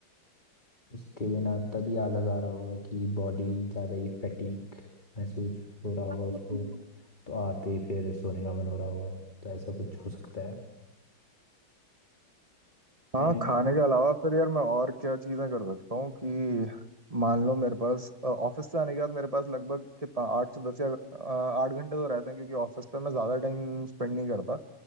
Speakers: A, on the left (about 20°); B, on the right (about 20°).
A: उसके बिना तभी आलस आ रहा होगा कि बॉडी ज़्यादा ही फैटीक महसूस हो
B: <laughs>
A: रहा होगा उसको तो आते ही फिर सोने का मन हो रहा होगा तो ऐसा कुछ हो सकता है
B: हाँ
A: एनी
B: खाने के अलावा फिर यार मैं और क्या चीज़ें कर सकता हूँ कि मान लो मेरे पास अ, ऑफिस से आने के बाद मेरे पास लगभग के पा- आठ से दस या अ, आठ घंटे तो रहते हैं क्योंकि ऑफिस पे मैं ज़्यादा टाइम स्पेंड नहीं करता